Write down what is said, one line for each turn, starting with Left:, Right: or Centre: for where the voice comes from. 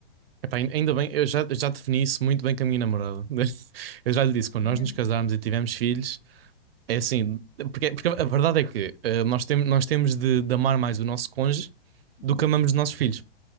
Right: Epá, ain- ainda bem, eu já, eu já defini isso muito bem com a minha namorada. <laughs> Eu já lhe disse, quando
Left: não
Right: nós
Left: é mesmo?
Right: nos casarmos e tivermos filhos, é assim, porque, porque a verdade é que eh, nós, tem, nós temos de, de amar mais o nosso cônjuge
Left: Uhum.
Right: do que amamos os nossos filhos.